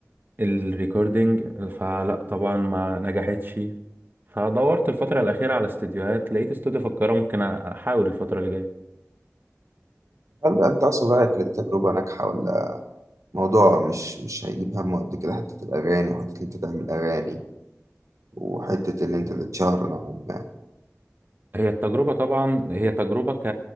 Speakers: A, on the right (about 40°); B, on the right (about 80°).
A: الريكوردينج فلا طبعا ما نجحتش فدورت الفترة الأخيرة على استديوهات لقيت استوديو في القاهرة ممكن أحاول الفترة اللي جاية
B: هل انت اصلا رأيك إن دي تجربة ناجحة ولا موضوع مش مش هيجيب همه قد كده حتة الأغاني وحتة اللي أنت تعمل أغاني وحتة اللي أنت تتشهر نوعا ما
A: هي التجربة طبعا هي تجربة ك